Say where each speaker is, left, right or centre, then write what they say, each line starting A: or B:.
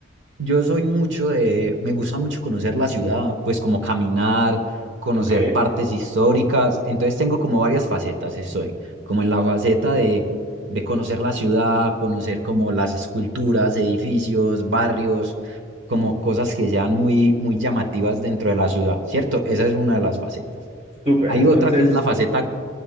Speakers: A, on the right; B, on the right.
A: Yo soy mucho de, me gusta mucho conocer la ciudad, pues como caminar, conocer
B: Ok,
A: partes históricas. Entonces tengo como varias facetas, estoy como en la faceta de, de conocer la ciudad, conocer como las esculturas, edificios, barrios, como cosas que sean muy, muy llamativas dentro de la ciudad, ¿cierto? Esa es una de las facetas.
B: súper,
A: Hay
B: entonces,
A: otra que es la faceta,